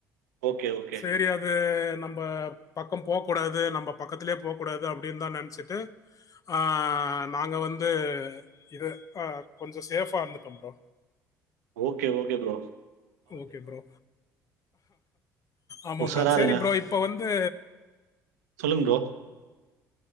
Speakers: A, on the right; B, on the left.
A: ஓகே, ஓகே.
B: சேரி அது து நம்ம பக்கம் போக கூடாது நம்ம பக்கத்துலயே போக கூடாது அப்டின்னு தா நெனச்சுட்டு அ நாங்க வந்து இது கொஞ்சோ சேஃபா இருந்துட்டோ bro
A: okay okay bro
B: okay bro ஆமா
A: உஷாரா
B: ப்ரோ சேரி
A: இருங்க.
B: ப்ரோ இப்ப வந்து
A: சொல்லுங்க ப்ரோ